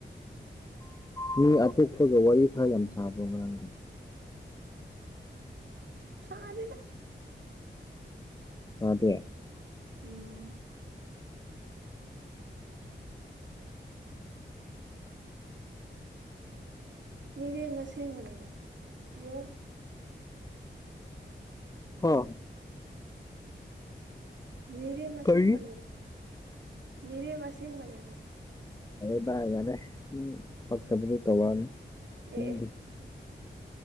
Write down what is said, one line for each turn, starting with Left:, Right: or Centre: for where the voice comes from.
Left: ꯃꯤ ꯑꯇꯣꯛꯞꯄꯒ ꯋꯥꯔꯤ ꯈꯔ ꯌꯥꯝ ꯁꯥꯕ꯭ꯔꯣ ꯉꯔꯥꯡꯗꯤ
Right: ꯁꯥꯗꯦꯗ
Left: ꯑꯗꯦ
Right: ꯎꯝ ꯃꯤꯔꯦꯝ ꯑꯁꯦꯡꯕꯅꯦ ꯄꯤꯌꯣꯔ
Left: ꯍ
Right: ꯃꯤꯔꯦꯝ ꯑꯁꯦꯡꯕꯅꯦꯕ
Left: ꯀꯔꯤ
Right: ꯃꯤꯔꯦꯝ ꯑꯁꯦꯡꯕꯅꯦ ꯍꯥꯕ
Left: ꯑꯔꯦ ꯚꯥꯏ ꯌꯥꯔꯦ ꯅꯪ ꯄꯛꯇꯕꯗꯣ ꯇꯧꯔꯛꯑꯅꯤ ꯅꯪꯒꯤ
Right: ꯑꯦ